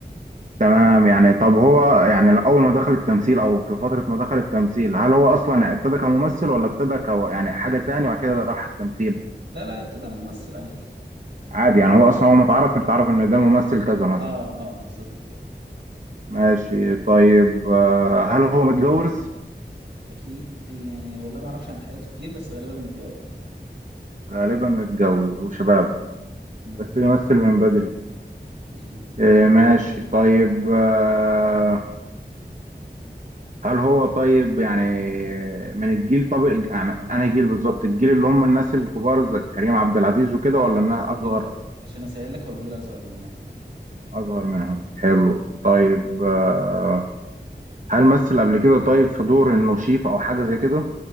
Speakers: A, on the right (about 45°); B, on the right (about 75°).
A: تمام يعني طب هو يعني اول ما دخل التمثيل او في فترة ما دخل التمثيل هل هو اصلا ابتدى كممثل ولا ابتدى ك يعني حاجة تانية بعد كده راح التمثيل
B: لا لا ابتدى ممثل عادي
A: عادي يعني هو اصلا هو متعرف اتعرف ان ده ممثل كذا مثلا
B: اه اه بالظبط كده
A: ماشي طيب آه، هل هو متجوز
B: اكيد يعني والله ما اعرفش عن حياته كتير بس غالبا متجوز
A: غالبا متجوز وشباب
B: امم
A: بس بيمثل من بدري
B: مظبوط
A: آه، ماشي طيب آه، هل هو طيب يعني من الجيل طب يعني انا جيل بالظبط الجيل اللي هم الناس الكبار زي كريم عبد العزيز وكده
B: لا
A: ولا الناس اصغر
B: كل ده عشان اسهل لك هو الجيل اصغر منه
A: اصغر منهم حلو
B: مظبوط.
A: طيب آه، هل مثل قبل كده طيب في دور انه شيف او حاجه زي كده